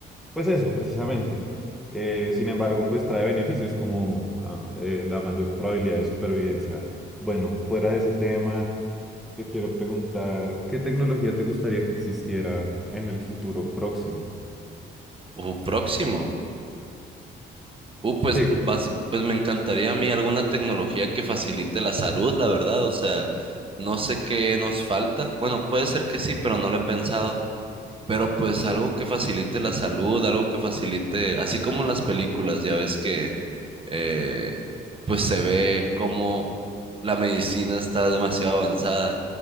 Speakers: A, in the centre; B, on the right.
A: Pues eso, precisamente. Eh, sin embargo, pues trae beneficios como ah, eh, la mayor probabilidad de supervivencia. Bueno, fuera de ese tema, te quiero preguntar, ¿qué tecnología te gustaría que existiera en el futuro próximo?
B: Uh, próximo. Uh, pues,
A: Sí.
B: vas- pues me encantaría a mí alguna tecnología que facilite la salud, la verdad. O sea, no sé qué nos falta. Bueno, puede ser que sí, pero no lo he pensado. Pero pues algo que facilite la salud, algo que facilite, así como en las películas, ya ves que eh, pues se ve como la medicina está demasiado avanzada